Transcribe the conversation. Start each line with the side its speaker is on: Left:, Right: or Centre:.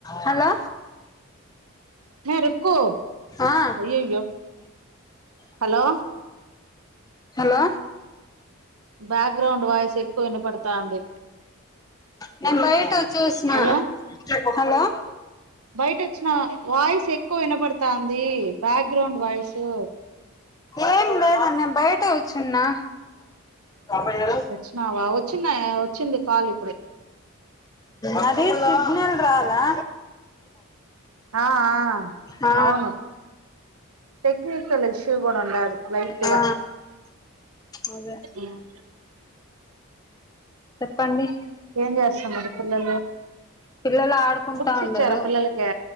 Left: Hello
Right: మే రుక్కు
Left: ఆ
Right: అయ్యయ్యో hello
Left: hello
Right: background voice ఎక్కువ వినపడతాంది
Left: నేన్ బయట ఓ చూసిన
Right: హలో
Left: హలో
Right: బయట వచ్చిన వాయిస్ ఎక్కువ వినబడుతాందీ బ్యాక్ గ్రౌండ్ వాయిసు
Left: ఏం లేదే నే బయటే వచ్చున్నా ఉన్నారు
Right: వచ్చినావా వచ్చిన వచ్చింది కాల్ ఇప్పుడు
Left: అ ది సిగ్నల్ రాలా
Right: ఆ ఆ
Left: ఆ
Right: అవును టెక్నికల్ ఇష్యూ కూడా ఉండాది లైట్గా
Left: ఆ అదే
Right: ఉమ్మ్
Left: చెప్పండి
Right: ఏం చేస్తున్నారు పిల్లలు
Left: పిల్లలు ఆడుకుంటా
Right: బుక్స్
Left: ఉండరు
Right: ఇచ్చారా పిల్లలకే